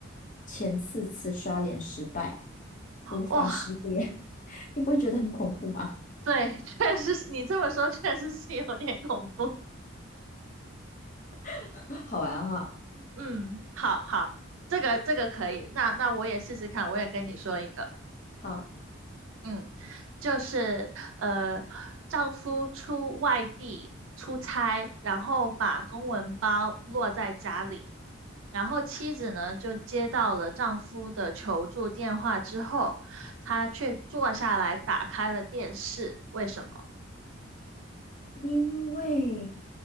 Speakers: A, on the left (about 40°); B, on the right (about 75°).
A: 前四次刷脸失败，无法识别。
B: 哇、
A: <laughs> 你不会觉得很恐怖吗？
B: 对，确实是你这么说，确实是有点恐怖。
A: <laughs> 好玩啊！
B: 嗯，好好，这个这个可以。那那我也试试看，我也跟你说一个。
A: 好，
B: 嗯，就是呃，丈夫出外地出差，然后把公文包落在家里。然后妻子呢就接到了丈夫的求助电话之后，她却坐下来打开了电视。为什么？
A: 因为